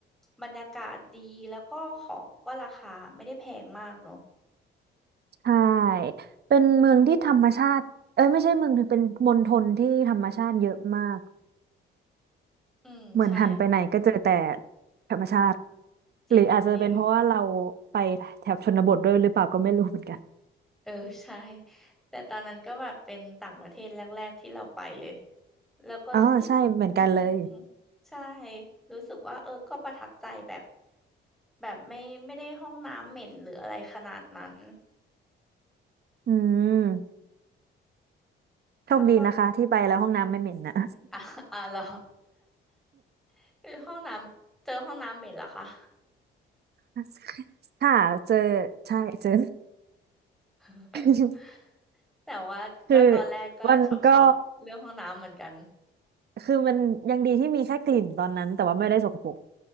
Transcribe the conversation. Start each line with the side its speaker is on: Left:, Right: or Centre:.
Centre: บรรยากาศดีแล้วก็ของก็ราคาไม่ได้แพงมากเนอะ
Right: ใช่เป็นเมืองที่ธรรมชาติเอ้ยไม่ใช่เมืองถึงเป็นมณฑลที่ธรรมชาติเยอะมาก
Centre: อืมใช่
Right: เหมือนหันไปไหนก็เจอแต่ธรรมชาติ
Centre: จริงจริง
Right: หรืออาจจะเป็นเพราะว่าเราไปแถบชนบทด้วยหรือเปล่าก็ไม่รู้เหมือนกัน
Centre: เออใช่แต่ตอนนั้นก็แบบเป็นต่างประเทศแรกๆที่เราไปเลย แล้วก็รู้สึกอืม
Right: อ๋อใช่เหมือนกันเลย
Centre: ใช่ รู้สึกว่าเออก็ประทับใจแบบ แบบไม่ไม่ได้ห้องน้ำเหม็นหรืออะไรขนาดนั้น
Right: อืมโชคดีนะคะที่ไปแล้วห้องน้ำไม่เหม็นนะ
Centre: แล้วก็ อ่ะอ่ะเหรอ <laughs> คือห้องน้ำเจอห้องน้ำเหม็นเหรอคะ
Right: <laughs> ค่ะเจอใช่เจอ
Centre: <laughs>
Right: <laughs>
Centre: แต่ว่าก็ตอนแรกก็ช็อกช็อกเรื่องห้องน้ำเหมือนกัน
Right: คือมันก็คือมันยังดีที่มีแค่กลิ่นตอนนั้นแต่ว่าไม่ได้สกปรก